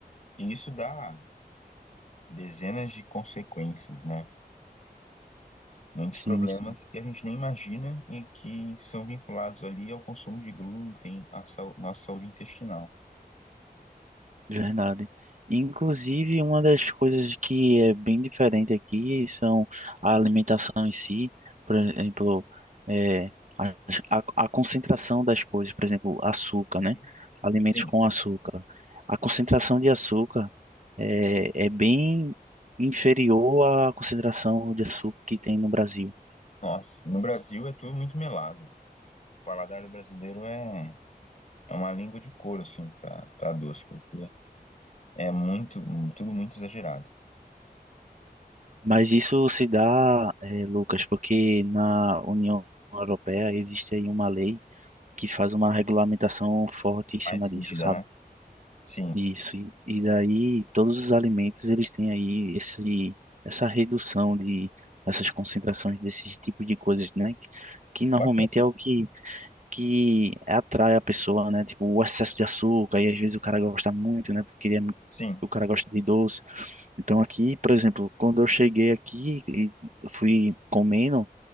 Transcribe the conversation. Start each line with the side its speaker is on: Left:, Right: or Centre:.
Left: E isso dá dezenas de consequências, né? muitos
Right: sim,
Left: problemas
Right: sim,
Left: que a gente nem imagina e que são vinculados ali ao consumo de glúten, à sau- nossa saúde intestinal.
Right: verdade. Inclusive, uma das coisas que é bem diferente aqui são a alimentação em si, por exemplo, é, a, a, a concentração das coisas, por exemplo, açúcar,
Left: Uhum.
Right: né? Alimentos
Left: Sim,
Right: com açúcar. A concentração de açúcar é, é bem inferior à concentração de açúcar que tem no Brasil.
Left: nossa, no Brasil é tudo muito melado. O paladar do brasileiro é, é uma língua de couro, assim, para para doce, porque é muito, tudo muito exagerado.
Right: Mas isso se dá, eh, Lucas, porque na União Europeia existe aí uma lei que faz uma regulamentação forte em cima
Left: Mais
Right: disso,
Left: rígida,
Right: sabe?
Left: né? Sim,
Right: Isso. E, e daí todos os alimentos eles têm aí esse, essa redução de essas concentrações desses tipos de coisas, né? Que, que normalmente
Left: bacana,
Right: é o que, que atrai a pessoa, né? Tipo, o excesso de açúcar, e às vezes o cara gosta muito, né? Porque ele é, mu-
Left: sim.
Right: o cara gosta de doce. Então aqui, por exemplo, quando eu cheguei aqui e fui comendo,